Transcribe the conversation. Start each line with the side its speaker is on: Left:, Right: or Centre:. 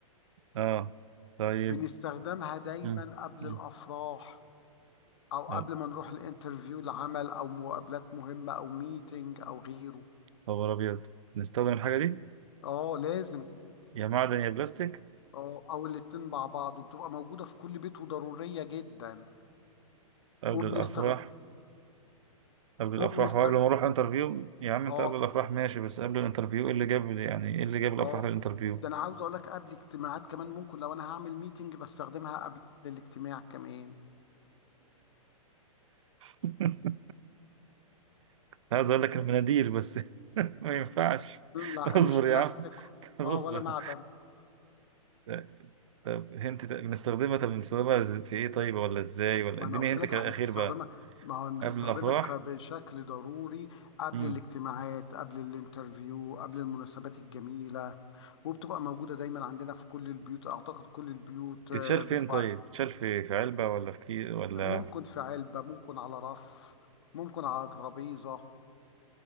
Right: اه طيب
Left: بنستخدمها دايما
Right: مم.
Left: قبل
Right: مم.
Left: الأفراح أو قبل
Right: يا
Left: ما نروح الانترفيو العمل أو مقابلات مهمة أو ميتنج أو غيره
Right: خبر ابيض نستخدم الحاجه دي
Left: اه لازم
Right: يا معدن يا بلاستيك
Left: اه أو الاتنين مع بعض وبتبقى موجودة في كل بيت وضرورية جدا
Right: قبل
Left: وبنستخدم
Right: الافراح قبل الافراح
Left: وبنست
Right: وقبل ما اروح انترفيو يا عم انت
Left: اه
Right: قبل الافراح ماشي بس قبل الانترفيو ايه اللي جاب يعني ايه اللي جاب الافراح
Left: اه
Right: للانترفيو
Left: ده أنا عاوز أقول لك قبل اجتماعات كمان ممكن لو أنا هعمل ميتنج بستخدمها قبل الاجتماع كمان
Right: <laughs> عايز اقول لك المناديل بس <laughs> ما ينفعش
Left: لا
Right: اصبر
Left: مش
Right: يا
Left: بلاستيك
Right: عم طب
Left: اه
Right: اصبر
Left: ولا معدن
Right: لا، طب هنت بنستخدمها طب بنستخدمها إز- في ايه طيب ولا ازاي ولا
Left: ما
Right: اديني
Left: انا قلت
Right: هنت
Left: لك
Right: كده
Left: احنا
Right: اخير
Left: بنستخدمها
Right: بقى
Left: ما هو بنستخدمها
Right: قبل الافراح
Left: ك- بشكل ضروري قبل
Right: مم.
Left: الاجتماعات قبل الانترفيو قبل المناسبات الجميلة وبتبقى موجودة دايما عندنا في كل البيوت اعتقد كل البيوت
Right: تتشال
Left: آه،
Right: فين
Left: بتبقى
Right: طيب تتشال في في علبة ولا في كي ولا
Left: ممكن في علبة ممكن على رف ممكن على ترابيزة